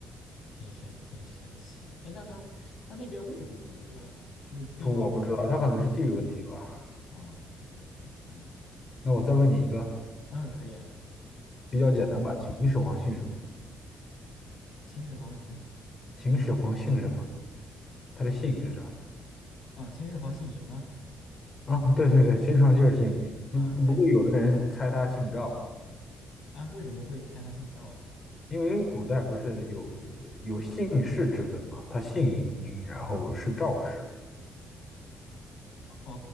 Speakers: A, on the left (about 65°); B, on the left (about 35°).
A: 挺神挺神奇的。哎，那它它那边为什么这么热啊？是不是地貌原因？
B: 说我不知道，它可能是地理问题吧。
A: 哦，地理问题。嗯
B: 那我再问你一个
A: 嗯，可以啊。
B: 比较简单吧，秦始皇姓什么？
A: 秦始皇什么？
B: 秦始皇姓什么？他的姓是啥？
A: 啊，秦始皇姓嬴啊。
B: 啊，对对对，秦始皇就是姓嬴，不不过有的人猜他姓赵，
A: 啊，对。啊，为什么会猜他姓赵啊？
B: 因为古代不是有有姓氏之分嘛，他姓嬴，然后是赵氏，
A: 哦哦